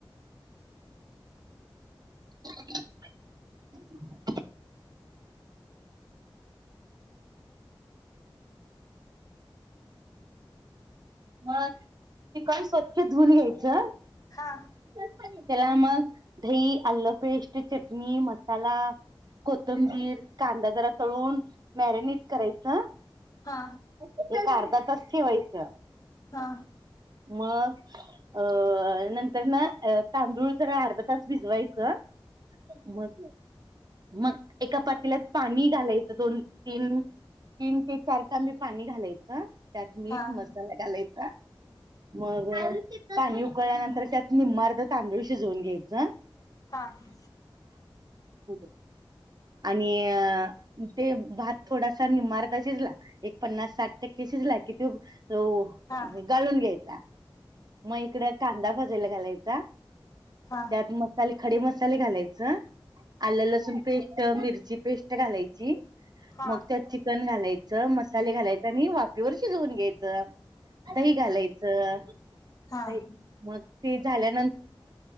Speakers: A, on the right; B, on the left.
A: ग <unintelligible> ह चिकण स्वच्छ धुूवून घ्यायचं,
B: हा
A: त्याला मग दही आलं पेस्ट चटणी मसाला कोथंबीर कांदा जरा तळून मॅरिनेट करायचं,
B: हा
A: ते करर <unintelligible> आर्धा तास ठेवायचं
B: हा
A: मग अ नंतर ना तांदूळ तर अर्धा तास भिजवायचं, मग मग एका पातीलात पाणी घालायचं दोन तीन तीन ते चार तांबी पाणी घालायचं त्यात मीठ
B: हा हा हा
A: मसाला घालायचा. मग पाणी उकळल्यानंतर त्यात निम्मारर्ध तांदूळ शिजवून घ्यायचं
B: हा ह
A: होत <unintelligible> आणि अ ते भात थोडासा निम्माअर्धा शिजला एक पन्नास साठ टक्के शिजला कि तो, तो
B: हा
A: गाळून घ्यायचा मग इकड कांदा भा ला घालायचा,
B: हा हा हा हा
A: त्यात मसाले खडे मसा तेल घालायचं. आलं लसून पेष्ट मिरची पेस्ट घालायची.
B: हा हा
A: मग त्यात चिकन घालायचं मसाले घालायच आणि वाप वर शिजवून घ्यायचं, दही घालायचं.
B: हा
A: द मग ते झा र